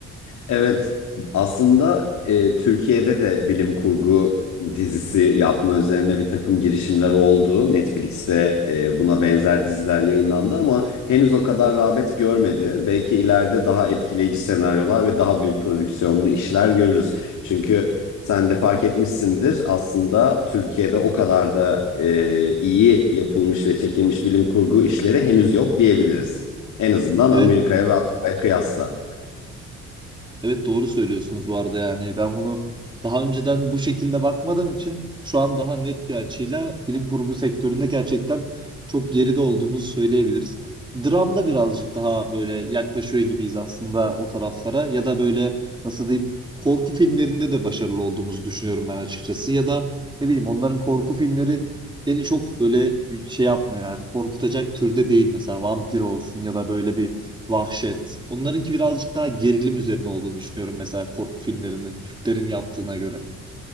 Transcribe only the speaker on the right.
Evet
Evet doğru söylüyorsunuz bu arada yani ben bunu daha önceden bu şekilde bakmadığım için şu an daha net bir açıyla bilim kurgu sektöründe gerçekten çok geride olduğumuzu söyleyebiliriz. Dramda birazcık daha böyle yaklaşıyor gibiyiz aslında o taraflara ya da böyle nasıl diyeyim korku filmlerinde de başarılı olduğumuzu düşünüyorum ben açıkçası ya da ne bileyim onların korku filmleri beni çok böyle şey yapmıyor yani korkutacak türde değil mesela vampir olsun ya da böyle bir vahşet. Onlarınki birazcık daha gerilim üzerine olduğunu düşünüyorum mesela korku filmlerinin, Türklerin yaptığına göre.